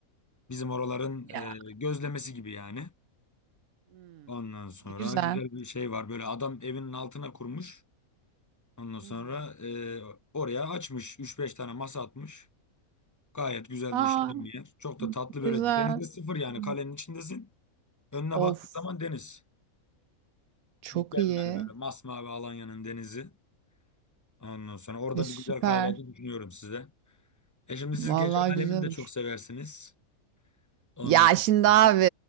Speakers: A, on the left; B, on the right.
A: Bizim oraların
B: Ya.
A: e, gözlemesi gibi yani.
B: Hmm,
A: Ondan sonra
B: güzel.
A: güzel bir şey var. Böyle adam evinin altına kurmuş. Ondan sonra
B: Hı hı.
A: e, oraya açmış. üç beş tane masa atmış. Gayet güzel
B: Aa,
A: de işleyen bir yer. Çok da tatlı
B: güzel.
A: böyle. Denizde sıfır yani
B: Hı.
A: kalenin içindesin. Önüne
B: Of,
A: baktığın zaman deniz.
B: çok
A: Mükemmel
B: iyi.
A: böyle masmavi Alanya'nın denizi. Ondan sonra orada
B: E, süper.
A: bir güzel kahvaltı düşünüyorum size. E şimdi siz
B: Vallahi
A: gece
B: güzel
A: alemini de
B: olur.
A: çok seversiniz. Ondan
B: Ya şimdi abi
A: sonra.